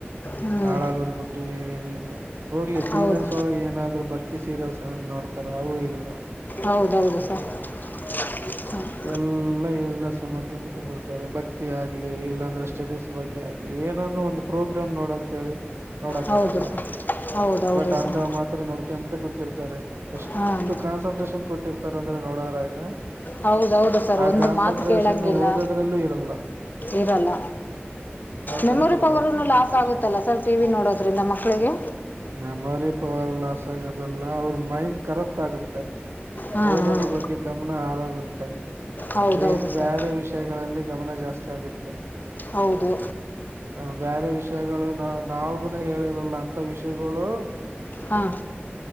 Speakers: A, on the left; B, on the right.
A: ಹ್ಞೂ
B: ಹಾಳಾಗದ್ ಬಿಟ್ಟು ಏನ ಇಲ್ಲ ಹೋಗ್ಲಿ ಸೀರಿಯಲ್ಸ್
A: ಹೌದು
B: ಒಳಗ್ ಏನಾದ್ರು ಭಕ್ತಿ ಸೀರಿಯಲ್ಸ್ ಏನ ನೋಡ್ ತರವೂ ಇಲ್ಲ
A: ಹೌದೌದು ಹ
B: ಎಲ್ಲಾ ಯೂಸ್ಲೆಸ್ ನೋಡ್ಕಂತ ಕುಂದಿರ್ತಾರೆ ಭಕ್ತಿ ಆಗ್ಲಿ ಇಲ್ಲಾಂದ್ರೆ ಸ್ಟಡೀಸ್ ಬಗ್ಗೆ ಆಗ್ಲಿ ಏನಾನೂ ಒಂದು ಪ್ರೋಗ್ರಾಮ್ ನೋಡ ಅಂತ ಹೇಳಿ ನೋಡಕ
A: ಹೌದು
B: ಆಗಲ್ಲ
A: ಸರ್ ಹೌದೌದು
B: ಬಟ್ ಅಂತ
A: ಸರ್
B: ಮಾತ್ರ ನೋಡ್ಕಂತ ಕುಂತಿರ್ತಾರೆ ಎಷ್ಟು
A: ಹಾಂ
B: ಕಾನ್ಸಂಟ್ರೇಷನ್ ಕೊಟ್ಟಿರ್ತ್ ತರಂದ್ರೆ ನೋಡೋದ್ರಾಗ
A: ಹೌದೌದು ಸರ್
B: ಆ
A: ಒಂದು
B: ಕಾನ್ಸಂಟ್ರೇಷನ್
A: ಮಾತು ಕೇಳಂಗಿಲ್ಲ
B: ಓದೋದ್ರಲ್ಲೂ ಇರಲ್ಲ
A: ಇರಲ್ಲ
B: ಆ
A: ಮೆಮೊರಿ
B: ತರ ಕೊಡ್ತಾರೆ
A: ಪವರ
B: ಕಾನ್ಸಂಟ್ರೇಷನ್
A: ಲಾಸ್ ಆಗುತ್ತಲ್ಲ ಸರ್ ಟಿ ವಿ ನೋಡೋದ್ರಿಂದ ಮಕ್ಕಳಿಗೆ
B: ಮೆಮೊರಿ ಪವರ್ ಲಾಸ್ ಆಗಿರದಲ್ಲ ಅವ್ರ್ ಮೈಂಡ್ ಕರಪ್ಟ್ ಆಗುತ್ತೆ.
A: ಹಾಂ
B: ಓದದ್ರ
A: ಹಾಂ
B: ಬಗ್ಗೆ ಗಮನ ಆರ್ <unintelligible>
A: ಹೌದೌದು
B: ವಿಯೆ
A: ಸರ್
B: ಬ್ಯಾರೆ ವಿಷಯಗಳಲ್ಲಿ ಯಾವಾಗ ಜಾಸ್ತಿ ಆಗುತ್ತೆ?
A: ಹೌದು
B: ಹ ಬ್ಯಾರೆ ವಿಷಯಗಳು ನಾವ್ ನಾವಗುನ ಹೇಳಿರಲ್ಲ ಅಂತ ವಿಷಯಗುಳು
A: ಹಾಂ